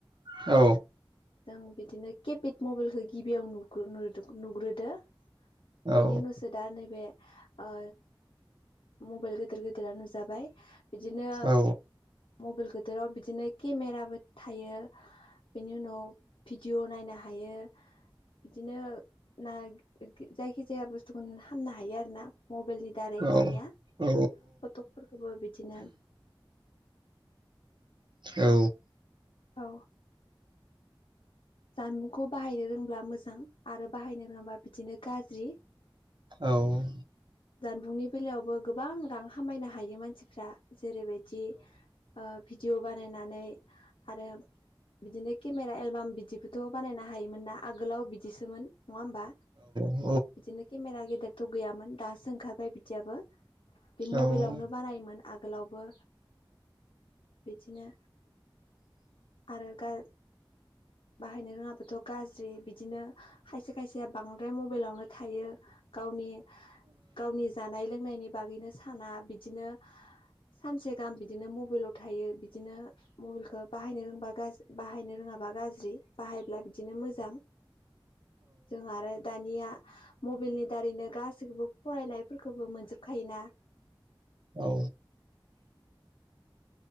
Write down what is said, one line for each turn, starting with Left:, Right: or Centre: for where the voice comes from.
Right: औ।
Left: जों बिदिनो केपेड मबाइलखौ गिबियाव नु नुग्रो नुग्रोदो बेनि
Right: औ।
Left: उनावसो दा नैबे ओ मबाइल गेदिर गेदिरा नुजाबाय। बिदिनो
Right: औ
Left: मबाइल गोदोराव बिदिनो केमेराबो थायो। बेनि उनाव भिडिअ नायनो हायो बिदिनो ना जायखि जाया बुस्थुखौ खामनो हायो आरो ना? मबाइलनि दारै
Right: औ
Left: दानिया फटकफोरखौबो
Right: औ
Left: बिदिनो
Right: औ।
Left: औ। जानबुंखौ बाहायनो रोंब्ला मोजां आरो बाहायनो रोङाबा बिदिनो गाज्रि।
Right: औ।
Left: जानबुंनि बेलायावबो गोबां रां खामायनो हायो मानसिफ्रा जेरैबायदि ओ भिडिअ बानायनानै आरो बिदिनो केमेरा एलबाम बिदिबोथ' बानायनो हायोमोन ना आगोलाव बिदिसोमोन। नङा होमबा?
Right: औ
Left: बिदिनो केमेरा गेदेरथ' गैयामोन दासो ओंखारबाय बिदियाबो। बे मबाइलावनो
Right: औ औ
Left: बानायोमोन। आगोलावबो बिदिनो आरो गा बाहायनो रोङाब्लाथ' गाज्रि बिदिनो खायसे खायसेया बांद्राय मबाइलावनो थायो। गावनि गावनि जानाय लोंनायनि बागैनो साना बिदिनो सानसे गाहाम बिदिनो मबाइलाव थायो बिदिनो मबाइलखौ बाहायनो रोंङबा गाज बाहायनो रोङाबा गाज्रि ग्रि बाहायब्ला बिदिनो मोजां जों आरो दानिया मबाइलनि दारैनो गासैखौबो फरायनायफोरखौबो मोनजोबखायोना।
Right: औ।